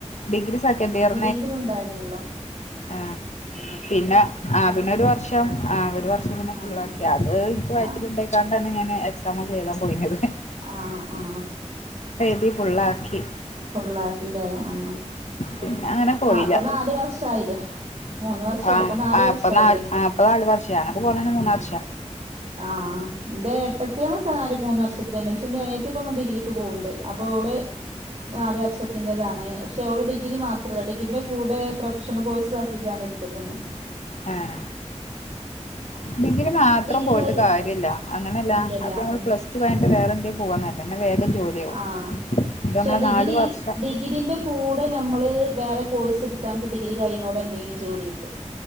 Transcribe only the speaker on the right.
എങ്കിലുണ്ടായിഞ്ഞല്ലോ
ആഹ്
ആഹ്
ആ ആ
ഫുള്ളാക്കില്ലേ? ആഹ്
അപ്പ നാല് വർഷമായില്ലേ. മൂന്ന് വർഷമല്ല.
ഇപ്പൊ നാല്
വർഷായില്ലേ
ഉം
ഉം
ആഹ് എന്റെ ഏട്ടത്തിയണ് നാല് മൂന്ന് വർഷത്തിന്റെ. പക്ഷെ എന്റെനിയത്തിപ്പൊ ഡിഗ്രിക്ക് പോവൊണ്ട്. അപ്പോ അവള്. നാല് വർഷത്തിന്റെതാണ്. പക്ഷെ ഓള് ഡിഗ്രി മാത്രമല്ല. ഡിഗ്രിന്റെ കൂടെ പ്രൊഫഷണൽ കോഴ്സാക്കിക്കാണ്ട്. എടുത്തിണ്
<inaudible>
ഡിഗ്രി
കഴി
ഇല്ലല്ല
ഉം
ആഹ് പക്ഷെ
ഡിഗ്രി
ഡിഗ്രീന്റെക്കൂടെ നമ്മെള്. വെറെ കോഴ്സെടുത്താൻ ഡിഗ്രിക്കഴിയുതോടെ എന്തെങ്കിലും ജോലി കിട്ടോ?